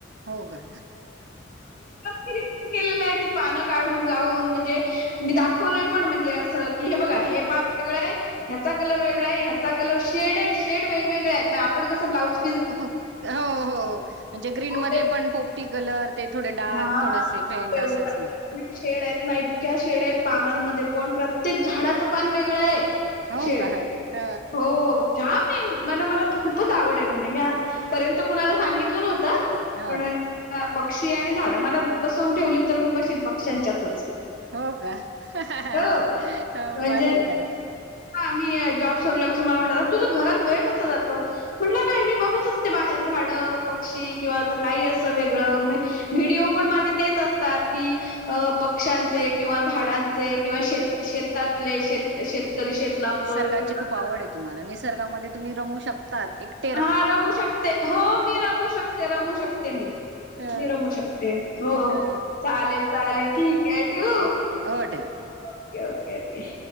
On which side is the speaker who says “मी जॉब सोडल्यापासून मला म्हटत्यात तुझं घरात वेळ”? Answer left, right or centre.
Left